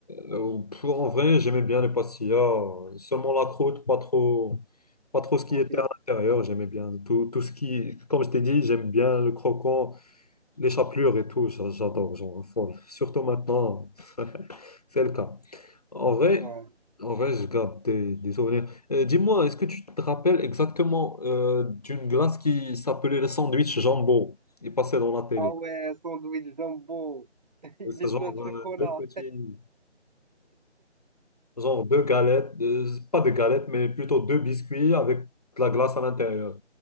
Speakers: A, on the left; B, on the right.
A: Euh, pff, en vrai, j'aimais bien les pastillas, euh, seulement la croûte, pas trop, pas trop ce qui
B: Ok.
A: était à l'intérieur. J'aimais bien tout, tout ce qui, comme je t'ai dit, j'aime bien le croquant, les chapelures et tout. j'a- J'adore, genre, folle. Surtout maintenant, c'est le cas. En vrai,
B: Ouais.
A: en vrai, je garde des, des souvenirs. Euh, dis-moi, est-ce que tu te rappelles exactement euh, d'une glace qui s'appelait le sandwich jambon? Il passait dans la télé.
B: Ah ouais, sandwich jumbo. <laughs> Il
A: C'est
B: est
A: genre
B: plein de chocolat.
A: euh, deux petits. Genre deux galettes, euh, pas de galettes, mais plutôt deux biscuits avec de la glace à l'intérieur.